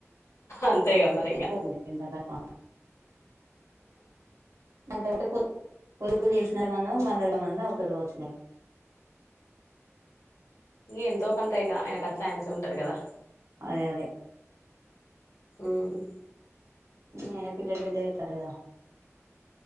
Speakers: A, on the left (about 70°); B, on the right (about 70°).
A: అంతేగా మరి ఇంగా
B: ఏ పోకు <unintelligible> అంట ఒకంట <unintelligible> పొదుపులు చేసిన మనం ఒక వందరగా మంది అవుతడుకో వచ్చలే
A: ఎంతో కొంత ఇక ఆయన ఖర్చు ఆయనకి ఉంటది కదా
B: అదే అదే
A: మ్
B: <unintelligible>